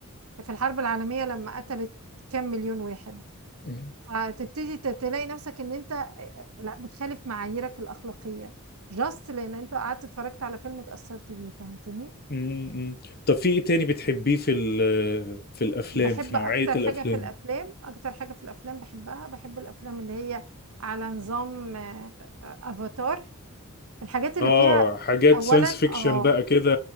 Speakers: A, on the right; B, on the left.
A: في الحرب العالميه لما قتلت كام مليون واحد
B: م-
A: فتبتدي ت- تلاقي نفسك ان انت لا بتخالف معاييرك الاخلاقيه جاست لان انت قعدت اتفرجت على فيلم اتاثرت بيه فهمتني
B: م- م. طب في ايه تاني بتحبيه في ال... في الافلام
A: بحب
B: في نوعية
A: اكتر
B: الافلام
A: حاجه في الافلام اكتر حاجه في الافلام بحبها بحب الافلام اللي هي على نظام آه، آه، افاتار الحاجات اللي
B: اه
A: فيها
B: حاجات
A: اولا
B: ساينس فيكشن
A: اه
B: بقى كده